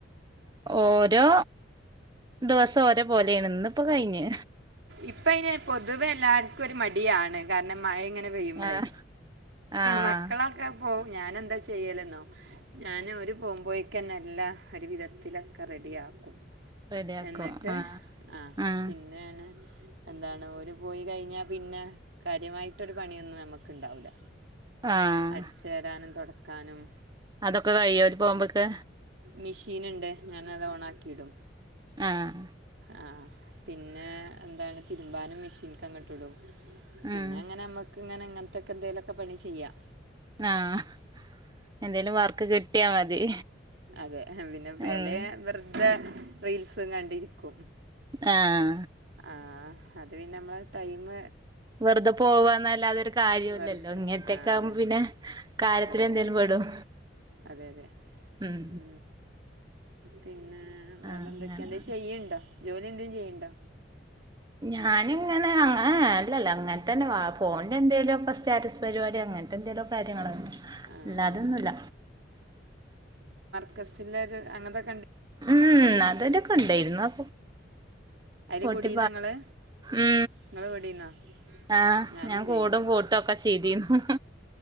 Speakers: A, on the right (about 20°); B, on the right (about 70°).
A: ഓരോ ദെവസം ഓരോ പോലെയാണ് ന്ന്പ്പം കഴിഞ്ഞ്
B: ഇപ്പയിന് പൊതുവെ എല്ലാർക്കൊരു മടിയാണ് കാരണം മഴെങ്ങനെ പെയ്യുമ്പളേ
A: ആഹ് ആഹ്
B: മക്കളൊക്കെ പോവും ഞാനെന്താ ചെയ്യ് യ്യല്ന്നോ ഞാാന് ഒരു പോം പോയ് ക്കനെല്ലാ ഒരു വിധത്തിലൊക്കെ റെഡിയാക്കും
A: റെഡിയാക്കും
B: എന്നിട്ട്
A: ആഹ്
B: ആഹ
A: ആഹ്
B: പിന്നാണ് എന്താണ് ഓര് പോയി കഴിഞ്ഞാ പിന്നെ കാര്യമായിട്ടൊരു പണിയൊന്നും നമ്മക്ക്ണ്ടാവൂല
A: ആഹ്
B: അട്‌ച്ചേരാനും തൊട്‌ കാനം
A: അതൊക്കെ കഴിയോ വര് പോകുമ്പക്ക്
B: മിഷീന്ണ്ട് ഞാനത് ഓണാക്കീടും
A: ആഹ
B: ആ പിന്നെ എന്താണ് തിരുമ്പാനും മെഷീൻക് അങ്ങട്ട് ഇടും പിന്നെ
A: ഉം
B: എങ്ങനെമ്മക്ക് ഇങ്ങനെ അങ്ങനത്തെൊക്കെ എന്തെങ്കലുമൊക്കെ പണി ചെയ്യാം
A: ആഹ് എന്തേലും വർക്ക് കിട്ടിയാ മതി
B: അതെ പിന്നെ
A: ഉം
B: ഫ്രീയാലെ വെറതെ റീൽസ കണ്ടിരിക്കും കൊ
A: ആഹ
B: ആഹ അത് പിന്നെ നമ്മള് ടൈമു
A: വെറുതെ പോവാന്നല്ലാതൊരു കാര്യമല്ലല്ലോ
B: വെറുതെ
A: ഇങ്ങനത്തക്കെ
B: ആ അതന്നെ
A: ആകുമ്പോ പിന്നെ കാര്യത്തി
B: അതെ
A: എന്തെങ്കലിലും പെടും
B: അതെ അതെ
A: ഉം
B: ഉ പിന്നെ വേറെ
A: ആഹ് അങ്ങനെ
B: എന്തൊക്കെ എണ്ടെ ചെയ്യുണ്ടോ ജോലി എന്തേചെയ്യിണ്ടോ
A: ഞാന ഇങ്ങനെ അങ്ങ അല്ലല്ല അങ്ങനെ തന്നൊ ഫോണിന്റെ എന്തേലുമൊക്ക സ്റ്റാറ്റസ് പരിപാടി അങ്ങനത്തെ എന്തേലിലും കാര്യങ്ങളോ
B: ആ
A: ഇല്ല അതൊന്നുമല്ല
B: ആ ആ മർകസിന്റെ രു അങ്ങനത്തെെ
A: ഉം അതലൊക്കെ ഉണ്ടായിരുന്നു ആ
B: അതില്
A: പ്പൊട്ടി
B: കൂടീന്നോ ഇങ്ങള്
A: ഉ
B: ഇങ്ങള് കൂടീന്നോ
A: ആ
B: ഞാനും
A: ഞാൻ
B: ഉണ്ടായിരുന്നു
A: കൂടും കൂട്ടിം ഒക്കെ ചെയ്‌തിനി ഉ